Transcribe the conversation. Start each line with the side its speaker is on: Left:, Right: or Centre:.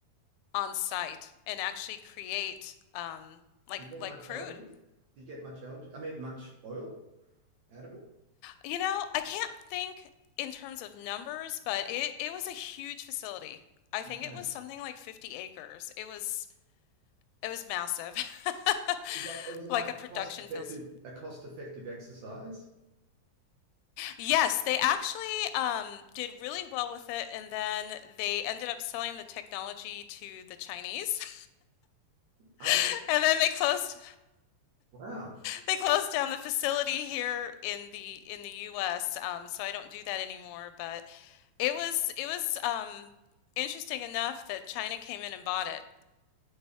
Left: on site and actually create um, like
Right: Do you get
Left: like
Right: much
Left: crude.
Right: algae? Do you get much algae? I mean, much oil out of it?
Left: You know, I can't think in terms of numbers, but it it was a huge facility. I
Right: Yeah.
Left: think it was something like 50 acres. It was it was massive. <laughs>
Right: was like it was like
Left: Like a
Right: a
Left: production
Right: cost effective
Left: facility.
Right: a cost effective exercise.
Left: Yes, they actually um, did really well with it, and then they ended up selling the technology to the Chinese,
Right: I would
Left: <laughs> and then they closed.
Right: wow.
Left: They closed down the facility here in the in the US, um, so I don't do that anymore, but it was it was um interesting enough that China came in and bought it.